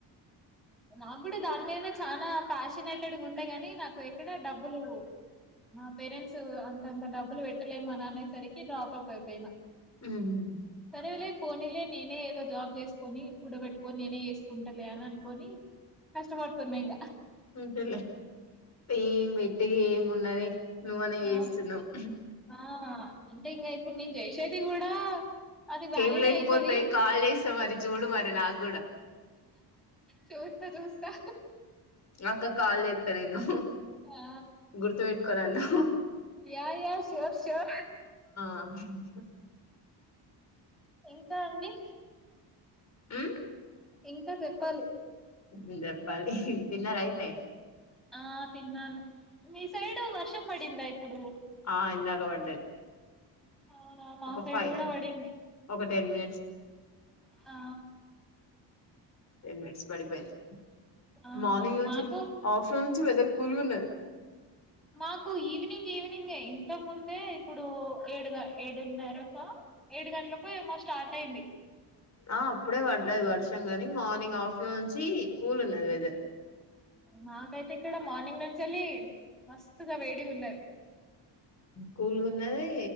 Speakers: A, in the centre; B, on the left.
A: నాకు కూడ దాని మీద చానా ప్యాషనేటెడ్గా ఉండే గాని నాకు ఎక్కడ డబ్బులు నా పేరెంట్స్ అంతంత డబ్బులు పెట్టలేమని అనేసరికి డ్రాప్ అపయిపోయినా
B: ఉమ్.
A: సరేలే పోనిలే నేనే ఏదో జాబ్ చేసుకొని కూడ బెట్టుకొని నేనే చేేస్కుంటలే అని అనుకొని కష్టపడుతున్నా ఇంగ
B: అంతేలే ఎమ్ ఏము ఉన్న ది నువ్వన్నా చేస్తునవ్
A: అవును ఆ అంటే ఇంగా ఇప్పుడు నేను చేసేది కూడా అది వ్యాలిడే
B: కేం లేకపోతే
A: అయితది
B: కాల్ చేస్తా మరి చూడు మరి నాక్
A: చూస్తా చూస్తా
B: అక్క కాల్లెత్త నేను
A: ఆ
B: గుర్తు పెట్కో నన్ను
A: యా యా శోర్ శోర్
B: ఆ
A: ఇంకా అండి
B: ఉ
A: ఇంకా చెప్పాలి
B: ఉ చెప్పాలి తిన్నార అయితే
A: ఆ తిన్నాను మీ సైడ్ వర్షం పడిందా ఇప్పుడు
B: ఆ ఇందాక పడ్డది
A: అవునా మా
B: ఒక
A: సైడ్
B: ఫైవ్
A: కూడా పడింది
B: ఒక టెన్ మినట్
A: ఆ
B: టెన్ మినిట్స్ పడిపోయింది
A: ఆ
B: మార్నింగ్ నుంచి
A: మాకు
B: ఆఫ్టర్నూనుంచి వెదర్ కూల్గా ఉన్నది
A: మాకు ఈవినింగ్ ఈవినింగ్ ఇంత ముందే ఇప్పుడు ఏడు ఏడున్నరక ఏడు గంటలకు ఏమో స్టార్ట్ అయి యింది
B: ఆ అప్పుడే పడ్డది వర్షం కని మార్నింగ్ ఆఫ్టర్నూన్ నుంచి కూల్ ఉన్నది వెదర్
A: మాకైతే ఇక్కడ మార్నింగ్ నుంచెళ్లి మస్తుగా వేడిగా ఉన్నది
B: కూల్గా ఉన్నది